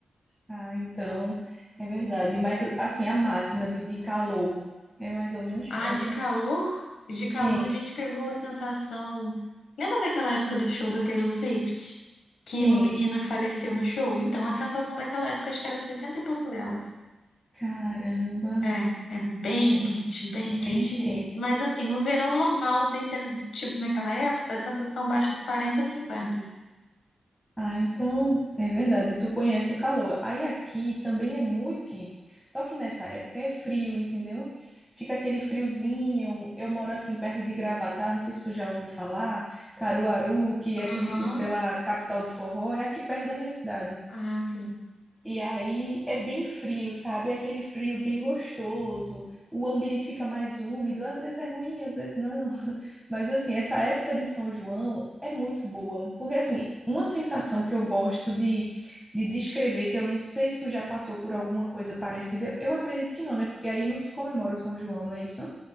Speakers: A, in the centre; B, on the left (about 80°).
A: Ah, então, é verdade. Mas, assim, a máxima de, de calor é mais ou menos
B: Ah,
A: quanto?
B: de calor? De calor
A: Sim,
B: a gente pegou a sensação. Lembra daquela época do show da Taylor Swift? Que
A: sim.
B: uma menina faleceu no show? Então, a sensação daquela época acho que era 60 e poucos graus.
A: Caramba,
B: É, é bem
A: é
B: quente, bem quente
A: bem
B: mesmo.
A: quente.
B: Mas assim, no verão normal, sem ser tipo naquela época, a sensação baixa uns 40, 50.
A: Ah, então, é verdade. Tu conhece o calor. Aí aqui também é muito quente. Só que nessa época é frio, entendeu? Fica aquele friozinho. Eu moro assim perto de Gravatá, não sei se tu já ouviu falar. Caruaru, que é
B: Aham.
A: conhecido pela capital do forró, é aqui perto da minha cidade.
B: Ah, sim.
A: E aí é bem frio, sabe? É aquele frio bem gostoso. O ambiente fica mais úmido, às vezes é ruim, às vezes não. <laughs> Mas assim, essa época de São João é muito boa, porque assim, uma sensação que eu gosto de, de descrever, que eu não sei se tu já passou por alguma coisa parecida, eu acredito que não, né? Porque aí não se comemora o São João, não é isso?